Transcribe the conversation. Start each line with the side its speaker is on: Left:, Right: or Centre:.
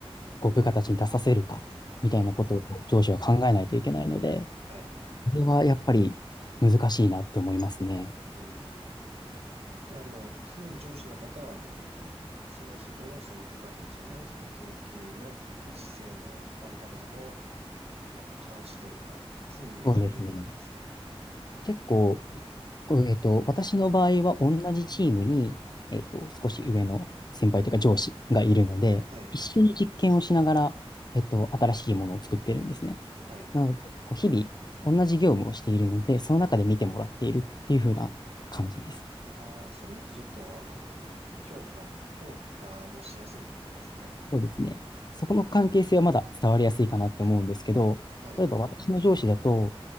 Left: こう部下たちに出させるかみたいなことをこう上司は考えないといけないので、
Right: はい、はい。
Left: これはやっぱり難しいなって思いますね。
Right: うん、うん、うん、うん。じゃあもう、常に上司の方はもう、常日頃、その部下たちの、その研究の、まあ、姿勢のあり方とかを、なんか監視というか、常に見張っている感じですか
Left: そうですね。結構こうえっと、私の場合は同じチームに、えっと、少し上の先輩というか上司がいるので、
Right: ああ、はい、
Left: 一緒に実験をしながら、えっと、新しいものを作ってるんですね。
Right: はい。
Left: なので、こう日々同じ業務をしているので、その中で見てもらっているっていう風な感じです。
Right: ああ、それだとちょっと、あのー評価も、評価もしやすいかもしれませんね。
Left: そうですね。そこの関係性はまだ伝わりやすいかなって思うんですけど、
Right: はい、
Left: 例えば私の上司だと、